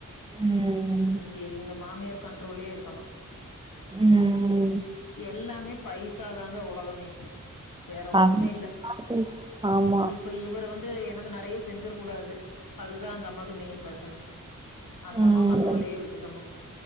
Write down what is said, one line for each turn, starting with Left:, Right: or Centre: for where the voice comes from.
Right: ம்
Left: இங்க இவங்க மாமியார் கண்ட்ரோல்லயே இருக்கணு
Right: ம்
Left: எல்லாமே பைசாதாங்க உலகமே வேற
Right: சரிதா
Left: ஒண்ணுமே இல்ல.
Right: சிஸ் ஆமா
Left: இப்ப இவரு வந்து எனக்கு நறைய செஞ்சிட கூடாது அதுதா அந்த அம்மாக்கு மெயின் பிரச்சன அந்த
Right: ம்,
Left: அம்மா கண்ட்ரோல்லயே வச்சுக்கணும்.